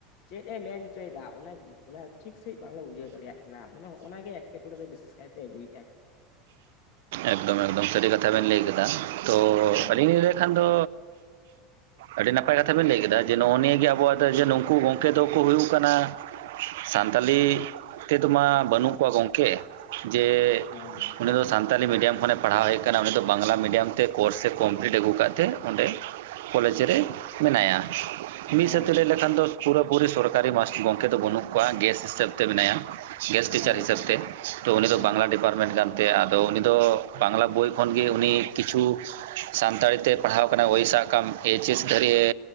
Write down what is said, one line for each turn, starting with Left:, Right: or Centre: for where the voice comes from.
Left: ᱪᱮᱫ, ᱮ ᱢᱮᱱ ᱚᱪᱚᱭ ᱫᱟ ᱚᱱᱟ ᱚᱱᱟ ᱴᱷᱤᱠ ᱥᱟᱺᱦᱤᱡ ᱵᱟᱝᱞᱮ ᱵᱩᱡᱷᱟᱹᱣᱼᱼ ᱫᱟᱲᱮᱭᱟᱜ ᱠᱟᱱᱟ, ᱢᱟᱱᱮ ᱱᱚᱜᱼᱚ ᱱᱟ ᱜᱮ ᱮᱴᱠᱮᱴᱚᱬᱮ ᱫᱚ ᱵᱤᱥᱮᱥ ᱠᱟᱭᱛᱮ ᱟᱹᱜᱩᱭ ᱫᱟᱭ ᱾
Right: ᱮᱠᱫᱚᱢ ᱮᱠᱫᱚᱢ ᱥᱟᱹᱨᱤ ᱠᱟᱛᱷᱟ ᱵᱮᱱ ᱞᱟᱹᱭ ᱠᱟᱫᱟ ᱾ ᱛᱚ
Left: ᱦᱮᱸ
Right: ᱟᱹᱞᱤᱧ ᱞᱤᱧ ᱞᱟᱹᱭ ᱠᱷᱟᱱ ᱫᱚ ᱟᱹᱰᱤ ᱱᱟᱯᱟᱭ ᱠᱟᱛᱷᱟ ᱵᱮᱱ ᱞᱟᱹᱭ ᱠᱮᱫᱟ, ᱡᱮ ᱱᱚᱜᱼᱚ ᱱᱤᱭᱟᱹ ᱜᱮ ᱟᱵᱚᱣᱟᱜ ᱫᱚ ᱱᱩᱠᱩ ᱜᱚᱝᱠᱮ ᱫᱚᱠᱚ ᱦᱩᱭᱩᱜ ᱠᱟᱱᱟ ᱥᱟᱱᱛᱟᱞᱤ ᱛᱮᱫᱚ ᱢᱟ ᱵᱟᱹᱱᱩᱜ ᱠᱚᱣᱟ ᱜᱚᱝᱠᱮ ᱾ ᱡᱮ
Left: ᱦᱮᱸ
Right: ᱩᱱᱤ ᱫᱚ ᱥᱟᱱᱛᱟᱞᱤ ᱢᱤᱰᱤᱭᱟᱢ ᱠᱷᱚᱱᱮᱼᱼ ᱯᱟᱲᱦᱟᱣ ᱦᱮᱡ ᱠᱟᱱᱟ, ᱩᱱᱤ ᱫᱚ ᱵᱟᱝᱞᱟ ᱢᱤᱰᱤᱭᱟᱢ ᱛᱮ ᱠᱳᱨᱥ ᱮ ᱠᱚᱢᱯᱤᱞᱤᱴ ᱟᱹᱜᱩ ᱠᱟᱜ ᱛᱮ ᱚᱸᱰᱮ ᱠᱚᱞᱮᱡᱽ ᱨᱮ ᱢᱮᱱᱟᱭᱟ ᱾ ᱢᱤᱫ
Left: ᱦᱮᱸ
Right: ᱦᱤᱥᱟᱹᱵ ᱛᱮ
Left: ᱦᱮᱸ
Right: ᱞᱟᱹᱭ ᱞᱮᱠᱷᱟᱱ ᱫᱚ ᱯᱩᱨᱟᱹ ᱯᱩᱨᱤ ᱥᱚᱨᱠᱟᱨᱤ ᱢᱟᱥ ᱜᱚᱝᱠᱮ ᱫᱚ ᱵᱟᱹᱱᱩᱜ ᱠᱚᱣᱟ ᱜᱮᱥ ᱦᱤᱥᱟᱹᱵ ᱛᱮ ᱢᱮᱱᱟᱭᱟ ᱾ ᱜᱮᱥᱴ ᱴᱤᱪᱟᱨ
Left: ᱦᱮᱸ
Right: ᱦᱤᱥᱟᱹᱵᱽ
Left: ᱦᱮᱸ
Right: ᱛᱮ, ᱛᱚ ᱩᱱᱤ ᱫᱚ
Left: ᱦᱮᱸ
Right: ᱵᱟᱝᱞᱟ ᱰᱤᱯᱟᱨᱢᱮᱱᱴ ᱠᱟᱱ ᱛᱮ ᱟᱫᱚ ᱩᱱᱤ ᱫᱚ ᱵᱟᱝᱞᱟ ᱵᱳᱭ ᱠᱷᱚᱱ ᱜᱮ ᱩᱱᱤ ᱠᱤᱪᱷᱩᱠᱼᱼ ᱥᱟᱱᱛᱟᱲᱤ ᱛᱮ ᱯᱟᱲᱦᱟᱣ ᱠᱟᱱᱟᱭ ᱳᱭ ᱥᱟᱜ ᱠᱟᱢ ᱮᱭᱤᱪ ᱮᱥ ᱫᱷᱟᱹᱨᱤᱡ ᱮ